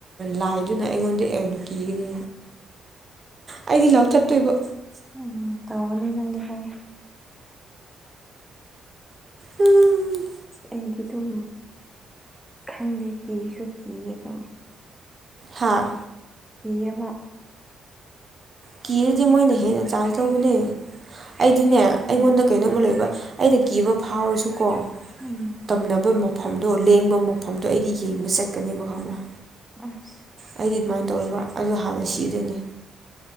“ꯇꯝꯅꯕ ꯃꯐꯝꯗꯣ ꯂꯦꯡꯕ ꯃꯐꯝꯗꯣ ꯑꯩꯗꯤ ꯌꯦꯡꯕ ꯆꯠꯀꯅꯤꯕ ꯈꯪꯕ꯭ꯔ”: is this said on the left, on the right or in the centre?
Right